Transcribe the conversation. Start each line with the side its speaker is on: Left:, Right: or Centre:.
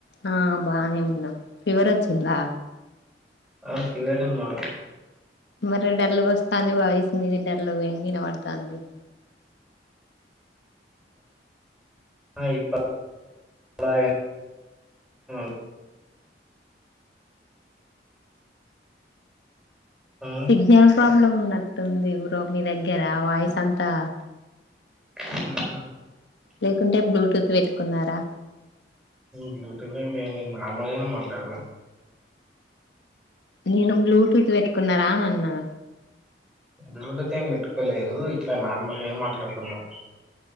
Left: ఆ బానే ఉన్నా ఫివర్ వచ్చిందా
Centre: ఆ ఫీవర్ ఏం రాలే
Left: మరి డల్లు వస్తంది వాయసు మీది డల్లు వంగిన వినబడుతంది
Centre: ఆ ఇప్పు డా <unintelligible> <inaudible> ఉమ్,
Left: సిగ్నల్ ప్రాబ్లం ఉన్నట్టుంది బ్రో మీ దగ్గర వాయిస్ అంతా
Centre: ఆహా <inaudible> <unintelligible>
Left: లేకుంటే బ్లూటూత్ పెట్టుకున్నారా
Centre: బ్లూటూత్ ఏం లే లెండి నార్మల్గానే మట్లాడతన్నా
Left: నేను బ్లూటూత్ పెట్టుకున్నారా ఆన్ అన్నా
Centre: బ్లూటూత్ ఏం పెట్టుకోలేదు ఇట్లా నార్మల్గానే మాట్లాడుతున్నా